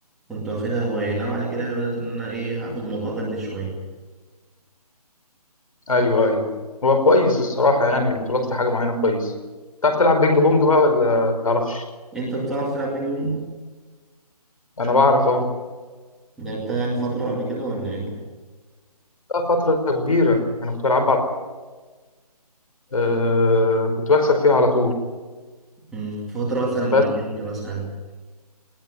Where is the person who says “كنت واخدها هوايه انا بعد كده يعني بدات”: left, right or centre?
Centre